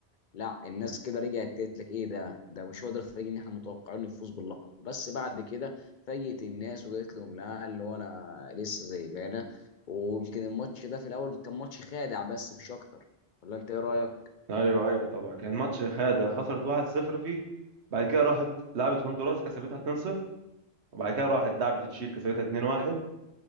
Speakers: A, on the left; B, on the right.
A: لا الناس كده رجعت قالت لك ايه ده ده مش هو ده الفريق اللي احنا متوقعين يفوز باللقب بس بعد كده فاجئت الناس وقالت لهم لا اللي هو انا لسه زي ما انا ويمكن الماتش ده في الاول كان ماتش خادع بس مش اكتر ولا انت ايه رايك
B: ايوه ايوه طبعا كان ماتش خادع خسرت 1-0 فيه بعد كده راحت لعبت هندوراس كسبتها 2-0 وبعد كده راحت لعبت تشيل كسبتها 2-1